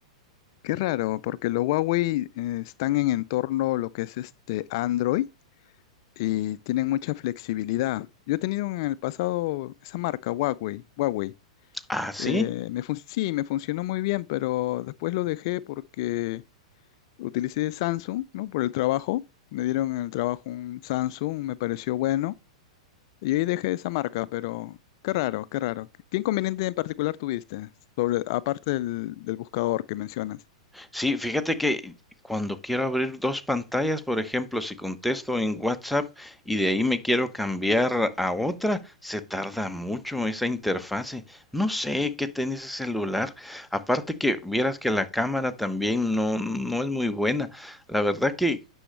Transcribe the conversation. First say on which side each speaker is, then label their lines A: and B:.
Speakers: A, on the left; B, in the centre.
A: Qué raro, porque los Huawei eh, están en entorno lo que es este Android y tienen mucha flexibilidad. Yo he tenido en el pasado esa marca, Huawei, Huawei.
B: Ah, sí.
A: Eh, me fun- sí, me funcionó muy bien, pero después lo dejé porque utilicé Samsung, ¿no? Por el trabajo. Me dieron en el trabajo un Samsung, me pareció bueno. Y ahí dejé esa marca, pero qué raro, qué raro. ¿Qué inconveniente en particular tuviste? Sobre, aparte del, del buscador que mencionas.
B: Sí, fíjate que cuando quiero abrir dos pantallas, por ejemplo, si contesto en WhatsApp y de ahí me quiero cambiar a otra, se tarda mucho esa interfase. No sé qué tiene ese celular. Aparte que vieras que la cámara también no, no es muy buena. La verdad que